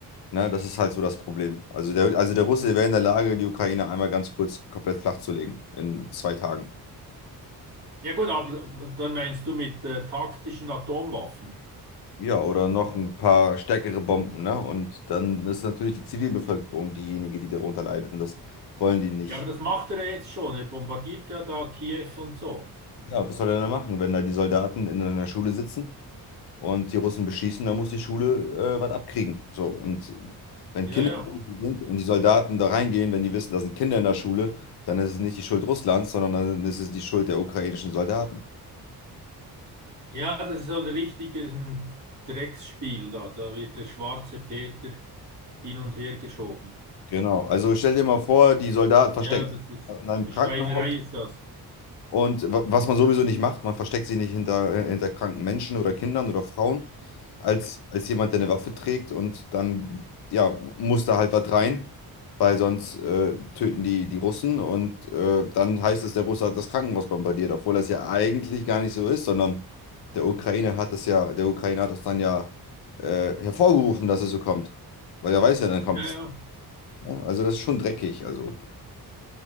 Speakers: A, on the left; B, on the right.
A: Ne, das ist halt so das Problem. Also der, also der Russe wäre in der Lage, die Ukraine einmal ganz kurz komplett flach zu legen in zwei Tagen.
B: Ja gut, aber dann meinst du mit äh, taktischen Atomwaffen.
A: Ja, oder noch ein paar stärkere Bomben, ne? Und dann ist natürlich die Zivilbevölkerung diejenige, die darunter leidet. Und das wollen die nicht.
B: Ja, aber das macht er ja jetzt schon. Er bombardiert ja da Kiew und so.
A: Ja, was soll er denn machen, wenn da die Soldaten in einer Schule sitzen und die Russen beschießen, dann muss die Schule äh, was abkriegen. So, und wenn
B: Ja,
A: Kinder
B: ja.
A: in der Schule sind und die Soldaten da reingehen, wenn die wissen, da sind Kinder in der Schule, dann ist es nicht die Schuld Russlands, sondern dann ist es die Schuld der ukrainischen Soldaten.
B: Ja, das ist so ein richtiges ein Drecksspiel da. Da wird der schwarze Peter hin und her geschoben.
A: Genau. Also stell dir mal vor, die Soldaten verstecken
B: Ja, das
A: sich
B: ist
A: in einem
B: eine
A: Krankenhaus
B: Schweinerei ist das.
A: und wa- was man sowieso nicht macht, man versteckt sie nicht hinter, äh, hinter kranken Menschen oder Kindern oder Frauen, als, als jemand, der eine Waffe trägt und dann ja, muss da halt was rein, weil sonst äh, töten die, die Russen und äh, dann heißt es, der Russe hat das Krankenhaus bombardiert, obwohl das ja eigentlich gar nicht so ist, sondern der Ukraine hat das ja, der Ukraine hat das dann ja äh, hervorgerufen, dass es so kommt. Weil er weiß ja, dann kommt
B: Ja, ja.
A: ja, also das ist schon dreckig, also